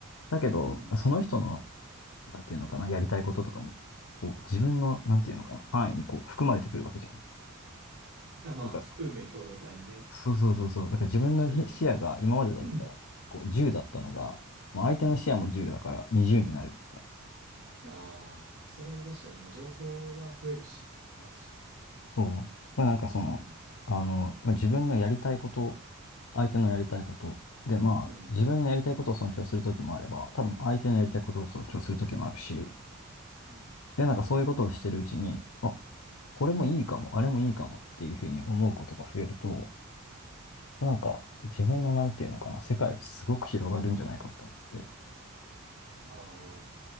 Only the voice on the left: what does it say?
だけど、
その人の、なんていうのかな、やりたいこととかも、こう、自分の、なんていうのかな、範囲にこう、含まれてくるわけじゃん。
だからその、
そうそうそうそう、
だから自分のへ視野が今までだったら、
こう、10だったのが、まあ相手の視野も10だから20になるみたいな。
そう。まあなんかその、
あの、まあ、自分のやりたいこと、相手のやりたいこと、で、まあ、
自分のやりたいことを尊重するときもあれば、多分相手のやりたいことを尊重するときもあるし、
で、なんかそういうことをしてるうちに、あ、これもいいかも、あれもいいかもっていうふうに思うことが増えると、なんか自分のなんていうのかな、世界がすごく広がるんじゃないかと思って、